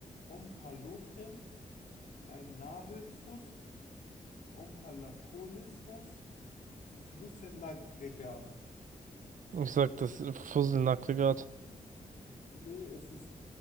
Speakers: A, on the left (about 75°); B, on the right (about 75°).
A: Ompalotrem, ein Navelfuss, Ompalakolismus. Flussenaggregat.
B: Ich sag das Fusselnackte grad.
A: Nee, es ist